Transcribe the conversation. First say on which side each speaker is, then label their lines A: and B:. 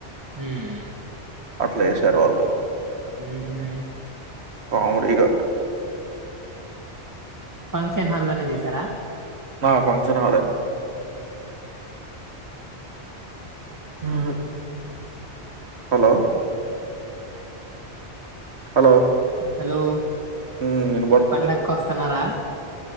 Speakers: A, on the right (about 20°); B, on the right (about 70°).
A: హ్మూ
B: అట్లా ఏశారు వాళ్ళు.
A: మ్హూ.
B: కామిడీగా.
A: ఫంక్షన్ హాల్లోనే చేసారా.
B: ఆ ఫంక్షన్ హాలే. ఊవు హలో హలో
A: హలో
B: హ్మ్. వినబడుతుంది.
A: పండక్కొస్తున్నారా